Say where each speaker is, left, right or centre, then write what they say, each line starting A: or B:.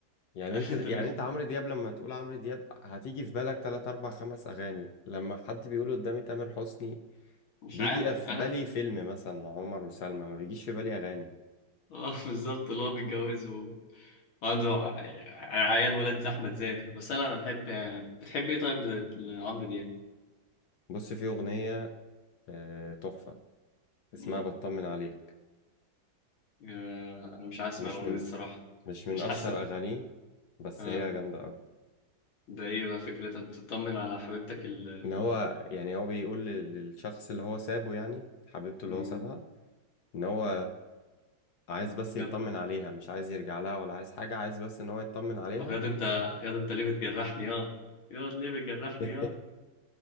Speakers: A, on the left (about 60°); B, on the left (about 85°).
A: يعني
B: <laughs> عارف
A: انت
B: انت
A: يعني
B: الوش
A: انت عمرو دياب لما تقول عمرو دياب هتيجي في بالك 3 4 5 اغاني لما حد بيقول قدامي تامر حسني
B: مش
A: بيجي
B: عارف
A: في
B: انا
A: بالي فيلم مثلا عمر وسلمى ما بيجيش في بالي اغاني
B: اه <laughs> بالظبط اللي هو بيتجوز و- وعنده ع- عيال ولاد زي احمد زاهر بس انا انا بحب يعني بتحب ايه طيب ل- لعمرو دياب
A: بص في اغنية آه، تحفة
B: مم.
A: اسمها بطمن عليك
B: آه، انا مش عايز اسمع
A: مش
B: الاغنيه
A: من
B: دي الصراحه
A: مش من
B: مش
A: اشهر
B: حاسس
A: اغانيه بس
B: اه
A: هي جامده قوي
B: ده ايه بقى فكرتها بتطمن على حبيبتك ال ال-
A: ان هو يعني هو بيقول لل- للشخص اللي هو سابه يعني حبيبته
B: مم.
A: اللي هو سابها ان هو عايز بس
B: ياض
A: يطمن عليها مش عايز يرجع لها ولا عايز حاجه عايز بس ان هو يطمن عليها
B: طب ياض انت ياض انت ليه بتجرحني اه ياض ليه بتجرحني
A: <laughs>
B: اه